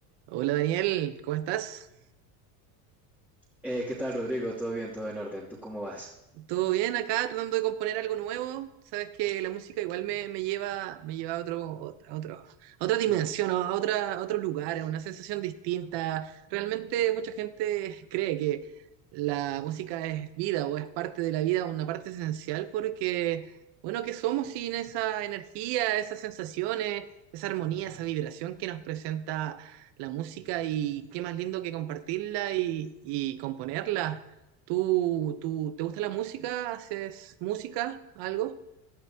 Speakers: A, on the right; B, in the centre.
A: Hola Daniel, ¿cómo estás?
B: Eh, ¿qué tal, Rodrigo? ¿Todo bien? ¿Todo en orden? ¿Tú cómo vas?
A: ¿Todo bien acá? Tratando de componer algo nuevo. Sabes que la música igual me, me lleva, me lleva a otro, otra- otro- a otra dimensión, ¿no? a otra, a otro lugar, a una sensación distinta. Realmente mucha gente cree que la música es vida o es parte de la vida, una parte esencial, porque, bueno, ¿qué somos sin esa energía, esas sensaciones, esa armonía, esa vibración que nos presenta la música? Y qué más lindo que compartirla y y componerla. ¿Tú, tú te gusta la música? ¿Haces música? ¿Algo?